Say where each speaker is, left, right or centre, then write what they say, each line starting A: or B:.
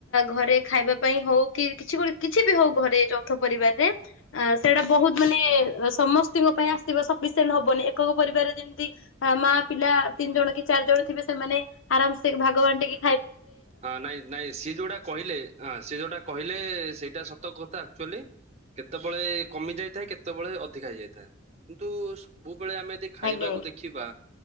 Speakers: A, on the left; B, on the right.
A: ଘରେ ଖାଇବା ପାଇଁ ହଉ କି କିଛି ଗୋଟେ କିଛି ବି ହଉ ଘରେ ଯୌଥ ପରିବାରରେ ଅ ସେଇଟା ବହୁତ ମାନେ ସମସ୍ତଙ୍କ ପାଇଁ ଆସିବ ସଫିସିଏଣ୍ଟ ହବନି ଏକକ ପରିବାରରେ ଯେମିତି ମା ପିଲା ତିନି ଜଣ କି ଚାରି ଜଣ ଥିବେ ସେମାନେ ଆରାମସେ ଭାଗ ବାଣ୍ଟିକି
B: ହଁ ନାଇଁ ନାଇଁ ସିଏ ଯୋଉଟା କହିଲେ ସିଏ ଯୋଉଟା କହିଲେ ସେଇଟା ସତ କଥା ଆକଚୁଆଲି କେତେବେଳେ କମି ଯାଇଥାଏ କେତେବେଳେ ଅଧିକା ହେଇଯାଇଥାଏ କିନ୍ତୁ ସବୁ ଯେତେବେଳେ ଆମେ ଯଦି ଖାଇବାକୁ
A: ଆଜ୍ଞା ଆଜ୍ଞା
B: ଦେଖିବା